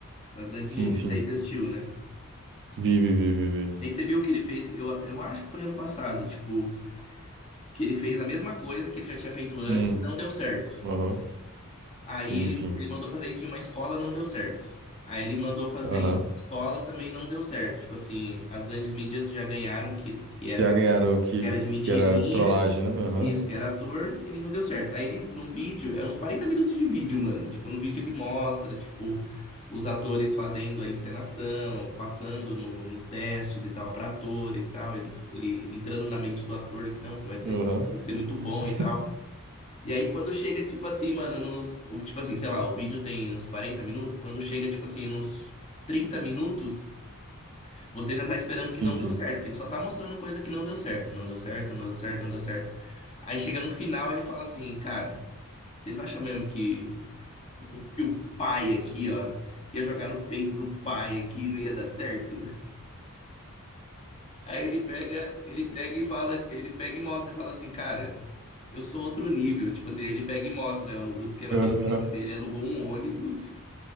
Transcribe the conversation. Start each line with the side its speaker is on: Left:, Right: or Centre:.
Left: nas grandes
Right: Sim,
Left: mídias.
Right: sim.
Left: Isso aí você assistiu, né?
Right: Vi, vi, vi, vi, vi.
Left: E aí você viu o que ele fez, eu, eu acho que foi ano passado, tipo, que ele fez a mesma coisa que ele já tinha feito antes
Right: Hum,
Left: e não deu certo.
Right: aham.
Left: Aí
Right: Sim,
Left: ele,
Right: sim.
Left: ele mandou fazer isso em uma escola, não deu certo. Aí ele mandou fazer
Right: Aham.
Left: em outra escola, também não deu certo. Tipo assim, as grandes mídias já ganharam que, que era,
Right: Já ganharam o que,
Left: que era de mentirinha,
Right: que era trollagem, né? Aham.
Left: isso, que era ator, e aí não deu certo. Aí ele, num vídeo, é uns 40 minutos de vídeo, mano. Tipo, no vídeo ele mostra, tipo, os atores fazendo a encenação, passando no- nos testes e tal, pra ator e tal. Ele, ele entrando na mente do ator, que não, você vai ter,
Right: Aham.
Left: vai ter que ser muito bom
Right: <laughs>
Left: e tal. E aí quando chega, tipo assim, mano, nos. o- Tipo assim, sei lá, o vídeo tem uns 40 minutos. Quando chega, tipo assim, nos 30 minutos, você já tá esperando
Right: Sim,
Left: que não
Right: sim.
Left: deu certo, porque ele só tá mostrando coisa que não deu certo. Não deu certo, não deu certo, não deu certo. Aí chega no final, ele fala assim, cara, vocês acham mesmo que, que o pai aqui,
Right: <laughs>
Left: ó, que ia jogar no peito do pai aqui e não ia dar certo? Aí ele pega, ele pega e fala, ele pega e mostra, fala assim, cara, eu sou outro nível. Tipo assim, ele pega e mostra o, o esquema
Right: Aham.
Left: que ele fez. assim, ele alugou um ônibus,